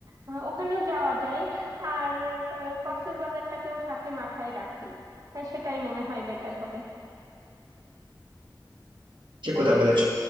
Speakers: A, on the right; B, on the right.
A: আহ, ওখানেও যাওয়া যায় আর আহ, কক্সবাজারটাকেও সাথে মাথায় রাখি আহ, সেটাই মনে হয় বেটার হবে
B: ঠিক কথা বলেছো